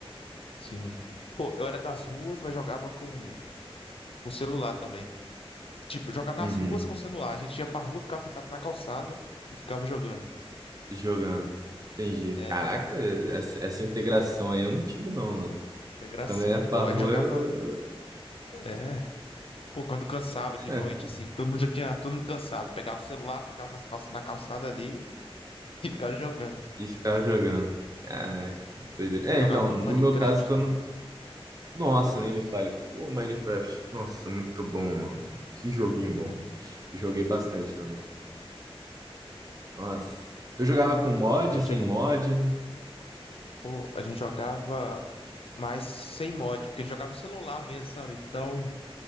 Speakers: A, on the left; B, on the right.
A: assim... Pô, eu era das ruas, mas jogava com Com celular também. Tipo, jogava nas
B: Uhum.
A: ruas com celular. A gente ia pra rua, ficava sentado na calçada e ficava jogando.
B: Jogando. Entendi.
A: É,
B: Caraca,
A: ó,
B: essa, essa integração aí eu não tive, não, mano.
A: integração,
B: Quando eu ia pra
A: pô.
B: rua,
A: A gente jogava.
B: eu, eu...
A: É. Pô, quando cansava
B: <laughs>
A: de noite, assim, todo mundo já tinha todo mundo cansado. Pegava o celular, sentava nas calça, na calçada ali <laughs> e ficava jogando.
B: ia ficar jogando. Caraca,
A: Sim.
B: doideira.
A: Jogava
B: É, então,
A: muito
B: no
A: Minecraft
B: meu caso, quando.
A: também.
B: Nossa, nem me fale. Pô, Minecraft. Nossa, muito bom, mano. Que joguinho bom.
A: É,
B: Joguei bastante também. Nossa. Tu jogava com mod,
A: Minecraft
B: sem
A: é bom.
B: mod?
A: Pô, a gente jogava mais sem mod, porque jogava no celular mesmo, sabe? Então,